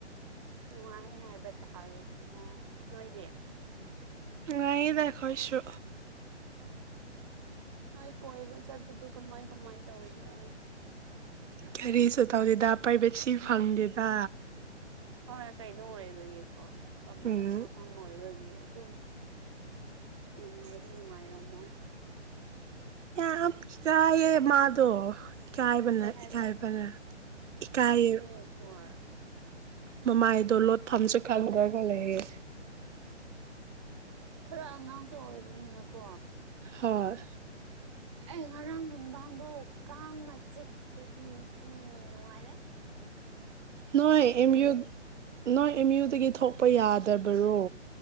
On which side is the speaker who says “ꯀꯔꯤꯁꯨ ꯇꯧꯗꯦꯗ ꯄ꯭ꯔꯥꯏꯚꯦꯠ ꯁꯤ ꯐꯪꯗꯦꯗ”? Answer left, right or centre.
Right